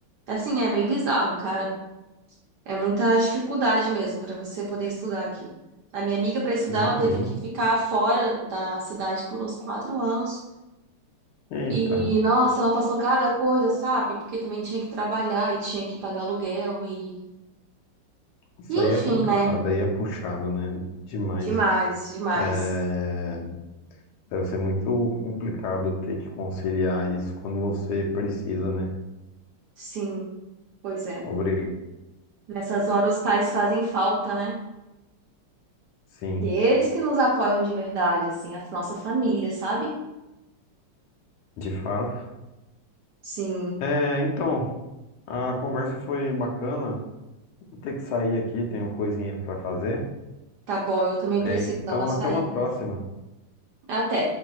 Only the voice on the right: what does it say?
assim, é meio bizarro, cara. É muita dificuldade mesmo para você poder estudar aqui. A minha amiga, para estudar,
ela teve que ficar fora da cidade por uns quatro anos.
E, nossa, ela passou cada coisa, sabe? Porque também tinha que trabalhar e tinha que pagar aluguel e...
E, enfim,
né?
Demais, demais.
Sim, pois é.
Nessas horas os pais fazem falta, né?
E eles que nos apoiam de verdade, assim, a nossa família, sabe?
Sim,
tá bom, eu também preciso
dar uma saída.
Até.